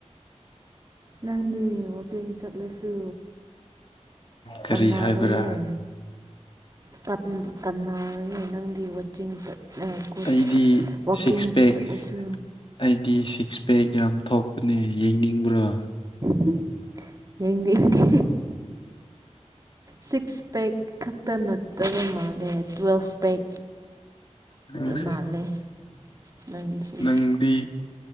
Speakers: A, on the right (about 30°); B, on the left (about 45°).
A: ꯅꯪꯗꯤ ꯌꯦꯡꯉꯣ ꯀꯤꯡ ꯆꯠꯂꯁꯨ
B: ꯀꯔꯤ
A: ꯀꯅꯥꯔꯣꯏꯌꯦ
B: ꯍꯥꯏꯕ꯭ꯔꯥ
A: ꯇꯠ ꯀꯅꯥꯔꯣꯏꯌꯦ ꯅꯪ ꯒꯤ ꯋꯥꯆꯤꯡ ꯆꯠ ꯂ ꯀꯣ
B: ꯑꯩꯗꯤ
A: ꯋꯥꯀꯤꯡ
B: ꯁꯤꯛꯁ ꯄꯦꯛ
A: ꯆꯠꯂꯁꯨ
B: ꯑꯩꯗꯤ ꯁꯤꯛꯁ ꯄꯦꯛ ꯌꯥꯝ ꯊꯣꯛꯄꯅꯦ ꯌꯦꯡꯅꯤꯡꯕ꯭ꯔꯣ?
A: ꯍꯨꯝ! ꯌꯦꯡꯅꯤꯡꯗꯦ꯫ ꯁꯤꯛꯁ ꯄꯦꯛ ꯈꯛꯇ ꯅꯠꯇꯕ ꯃꯥꯜꯂꯦ ꯇ꯭ꯋꯦꯜꯐ ꯄꯦꯛ
B: ꯌꯦꯡꯉꯣ ꯁꯦ
A: ꯃꯥꯜꯂꯦ ꯅꯪꯒꯤꯁꯦ
B: ꯅꯪꯗꯤ